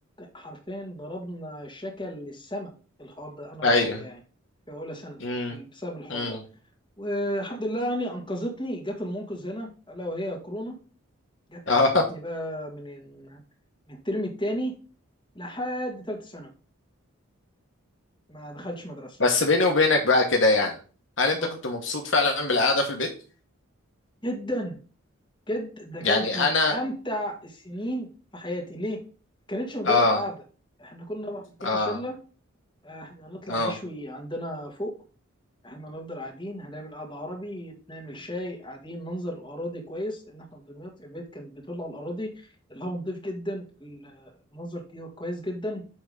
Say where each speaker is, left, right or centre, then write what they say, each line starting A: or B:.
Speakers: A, on the left (about 20°); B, on the left (about 60°).
A: حرفيا ضربنا شكل للسما في الحوار ده انا
B: ايوه
A: والحاجه يعني في اولى ثانوي
B: امم
A: بسبب الحوار
B: امم
A: ده والحمد لله يعني انقذتني جت المنقذ هنا الا وهي كورونا جت
B: اه
A: قعدتني بقى من ال- من الترم الثاني لحد ثالثه ثانوي ما دخلتش مدرسه
B: بس بيني وبينك بقى كده يعني هل انت
A: أهو.
B: كنت مبسوط فعلا بالقعدة في البيت
A: جدا بجد ده كانت
B: يعني
A: من
B: انا
A: امتع السنين في حياتي ليه ما كانتش مجرد
B: اه
A: قعده احنا كنا احنا كنا
B: اه
A: شله آه، احنا هنطلع
B: اه
A: نشوي عندنا فوق احنا هنفضل قاعدين هنعمل قعده عربي نعمل شاي قاعدين ننظر الاراضي كويس لان احنا في دمياط البيت كان بيطل على الاراضي الهواء نضيف جدا المنظر كويس جدا